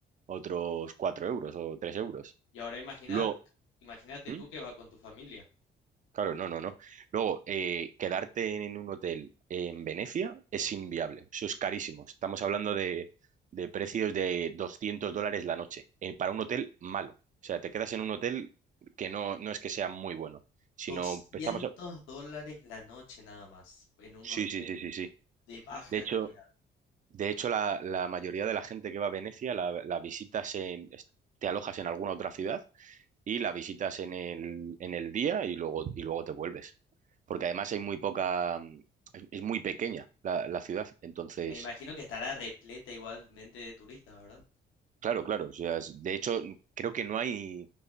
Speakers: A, on the right; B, on the left.
A: otros 4 euros o 3 euros.
B: y ahora imagina,
A: Luego,
B: imagínate
A: ¿Mm?
B: tú que vas con tu familia.
A: Claro, no, no, no. Luego, eh, quedarte en un hotel en Venecia es inviable. Eso es carísimo. Estamos hablando de, de precios de 200 dólares la noche eh, para un hotel malo. O sea, te quedas en un hotel que no, no es que sea muy bueno, sino
B: 200
A: estamos... a-
B: dólares la noche nada más, en un
A: Sí,
B: hotel
A: sí, sí, sí, sí.
B: de baja
A: De hecho,
B: calidad.
A: de hecho la, la mayoría de la gente que va a Venecia la, la visitas en... Te alojas en alguna otra ciudad y la visitas en el, en el día y luego, y luego te vuelves. Porque además hay muy poca, mm, es es muy pequeña la, la ciudad. Entonces,
B: Me imagino que estará repleta igualmente de turistas, ¿verdad?
A: claro, claro. o sea, es- de hecho, creo que no hay,